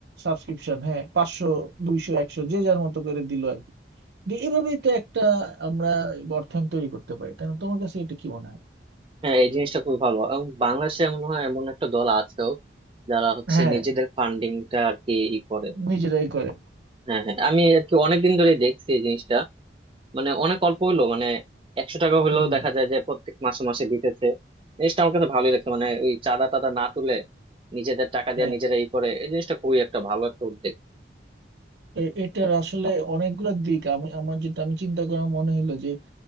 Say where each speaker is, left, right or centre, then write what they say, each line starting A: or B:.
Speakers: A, on the right; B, on the right.
A: সাবস্ক্রিপশন হ্যাঁ পাঁচশো দুইশো একশো যে যার মতো করে দিল যে এভাবেই তো একটা আমরা অর্থায়ন তৈরি করতে পারি তাই না তোমার কাছে এটা কি মনে হয়
B: হ্যাঁ এই জিনিসটা খুবই ভালো এবং বাংলাদেশে এমন হয় এমন একটা দল আছেও যারা হচ্ছে
A: হ্যাঁ
B: নিজেদের ফান্ডিংটা আর কি ই করে
A: নিজেরাই করে
B: হ্যাঁ হ্যাঁ আমি আর কি অনেকদিন ধরে দেখছি এই জিনিসটা মানে অনেক অল্প হলো মানে একশো টাকা হলেও
A: হুম
B: দেখা যায় যে প্রত্যেক মাসে মাসে দিতেছে জিনিসটা আমার কাছে ভালোই লাগছে মানে ওই চাঁদা টাদা না তুলে নিজেদের টাকা দিয়ে
A: হ্যাঁ
B: নিজেরা ই করে এই জিনিসটা খুবই একটা ভালো একটা উদ্যোগ
A: এ- এটার আসলে অনেকগুলো দিক আমি আমার যেটা আমি চিন্তা করা মনে হলো যে